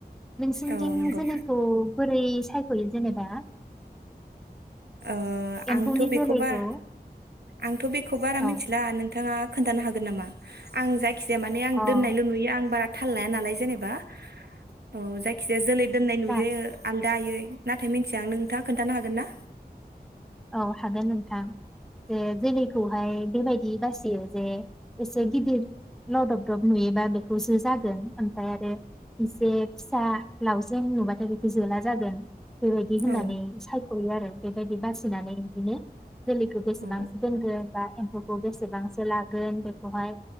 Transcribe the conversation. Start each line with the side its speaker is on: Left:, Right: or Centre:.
Centre: नोंसिनिथिं
Right: औ नंगौ
Centre: जोलैखौ बोरै सायख'यो जेनेबा
Right: ओ
Centre: एम्फौनि
Right: आंथ' बेखौ
Centre: जोलैखौ
Right: बार आंथ' बेखौ बारा
Centre: औ
Right: मिनथिला नोंथाङा खोनथानो हागोन नामा आं जाय खिजाया माने आं
Centre: अ
Right: दोननायल' नुयो आं बारा थाल लाया नालाय जेनेबा औ जायखिजाया जोलै दोननाय नुयो
Centre: दा
Right: आल दायै नाथाय मिनथिया आं नोंथाङा खोनथानो हागोन ना?
Centre: अ हागोन नोंथां जे जोलैखौहाय बेबायदि बासियो जे एसे गिदिर लदब दब नुयोबा बेखौसो जागोन ओमफ्राय आरो एसे फिसा लावजेन नुबाथाय बेखौ जोला जागोन। बेबायदि होननानै
Right: औ
Centre: सायख खयो आरो बेबायदि बास सि नानै बिदिनो जोलैखौ बेसेबांसो
Right: औ
Centre: दोनगोन बा एम्फौखौ बेसेबांसो लागोन बेखौहाय